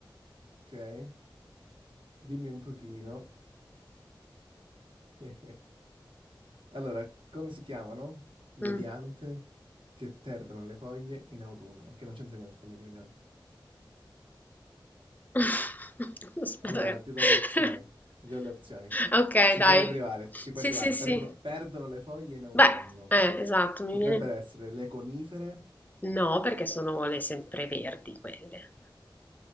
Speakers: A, on the right (about 80°); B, on the left (about 20°).
A: ok? Dimmi un pochino. <laughs> Allora, come si chiamano le
B: Mh.
A: piante che perdono le foglie in autunno? Che non c'entra niente con le riunioni.
B: <laughs> Aspetta
A: Allora,
B: che
A: ti do
B: <laughs>
A: le opzioni. Ti do le opzioni.
B: Okay,
A: Ci
B: dai.
A: puoi arrivare, ci puoi
B: Sì,
A: arrivare.
B: sì, sì.
A: Perdono, perdono le foglie in autunno.
B: Beh, eh, esatto, mi
A: Potrebbero
B: viene
A: essere le conifere,
B: no, perché sono le sempreverdi quelle.